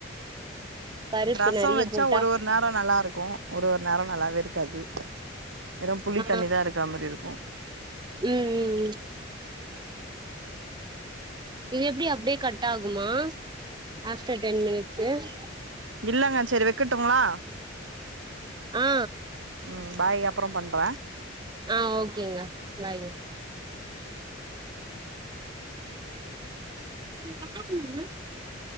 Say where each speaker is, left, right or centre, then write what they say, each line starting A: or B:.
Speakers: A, on the right; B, on the right.
A: பருப்பு
B: ரசம்
A: நெறைய
B: வச்சா
A: போட்டா
B: ஒரு ஒரு நேரம் நல்லா இருக்கு ஒரு ஒரு நேரம் நல்லாவே இருக்காது வெறும் புளி
A: ஆ
B: தண்ணிதான் இருக்க மாதிரி இருக்கு
A: ம் ம் ம் இது எப்படி அப்டி கட்டா ஆகுமா அஃப்டர் டென் மினிட்ஸ் சேர்
B: இல்லங்க சேரி வைக்கட்டுங்களா
A: ஆ
B: ம் பாய் அப் அப்பறம் பண்ற
A: ஆ ஓகேங்க பாய்ங்க <unintelligible>